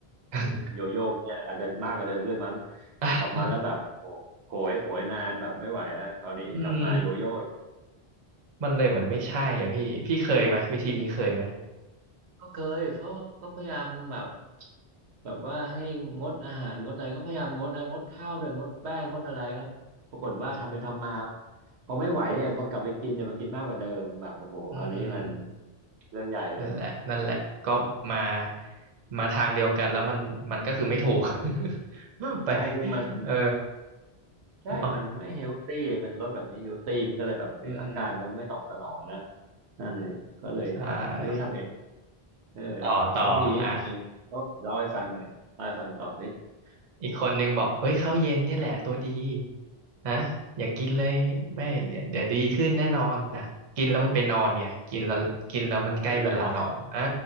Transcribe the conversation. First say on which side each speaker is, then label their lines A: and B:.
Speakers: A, on the right; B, on the right.
A: <laughs>
B: โยโย่เนี่ยอาจจะมากกว่าเดิมด้วยมั้ง
A: อ่ะ
B: กลับมาแล้วแบบโอ้โหยโหยนานแบบไม่ไหวแล้วคราวนี้กลับมาโยโย่อีก
A: อืมมันเลยเหมือนไม่ใช่อ่ะพี่พี่เคยไหมวิธีนี้เคยไหม
B: ก็เคยเพราะก็พยายามแบบแบบว่าให้งดอาหารงดอะไรก็พยายามงดนะงดข้าวด้วยงดแป้งงดอะไรครับปรากฏว่าทำไปทำมา
A: อืม
B: พอไม่ไหวเนี่ยพอกลับไปกินเนี่ยมันกินมากกว่าเดิมแบบโอ้โหคราวนี้มัน
A: อืม
B: เรื่องใหญ่เลย
A: นั่นแหละนั่นแหละก็มามาทางเดียวกันแล้วมันมันก็คือไม่ถูก <laughs> ไป
B: ใช่คือมัน
A: เออ
B: ใช่มันไม่เฮลตี้มันลดแบบไม่เฮลตี้มันก็เลยแบบไม่ร่างกายมันก็ไม่ตอบสนองนะ
A: เนาะอืม
B: นั่นเลยก็เลยไม่รู้ทำไงต่อ
A: ใช่
B: เออแล้วน้องพีนี่ทำเองก็เล่าให้ฟังหน่อยเล่าให้ฟังต่อสิ
A: ต่อต่ออ่ะ
B: โอ้
A: อีกคนนึงบอกเฮ้ยข้าวเย็นเนี่ยแหละตัวดีนะอย่ากินเลยไม่ไม่เดี๋ยวเดี๋ยวดีขึ้นแน่นอนอ่ะกินแล้วมันไปนอนไงกินแล้วกินแล้วมันใกล้เวลานอนอ่า
B: กินแล้วนอน